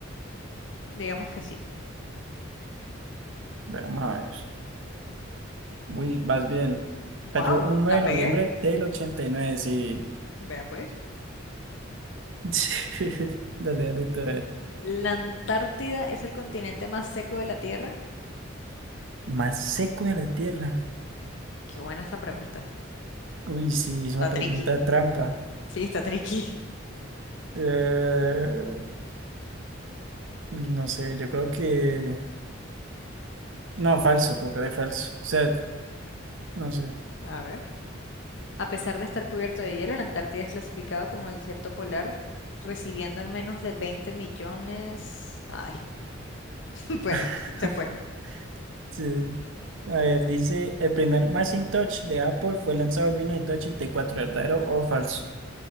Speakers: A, on the left; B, on the right.
A: digamos que sí.
B: Bueno, vamos a ver. Uy, vas bien.
A: ¡Guau!
B: Cayó un 9
A: La
B: de
A: pegué.
B: noviembre del ochenta y nueve sí.
A: Vea pues.
B: <laughs> Dale, dale, tú, a ver.
A: ¿La Antártida es el continente más seco de la Tierra?
B: Más seco de la tierra.
A: Qué buena esta pregunta.
B: Uy, sí, es
A: Está
B: una pregunta
A: tricky.
B: trampa.
A: Sí, está tricky.
B: Eh, No sé, yo creo que... No, falso, creo que de falso. O sea, no sé.
A: A ver. A pesar de estar cubierto de hielo, la Antártida es clasificado como el desierto polar, recibiendo al menos del 20 millones. Ay, <laughs> bueno,
B: <laughs>
A: se fue.
B: Sí. A ver, dice, el primer Macintosh de Apple fue lanzado en mil novecientos ochenta y cuatro ¿verdadero o falso?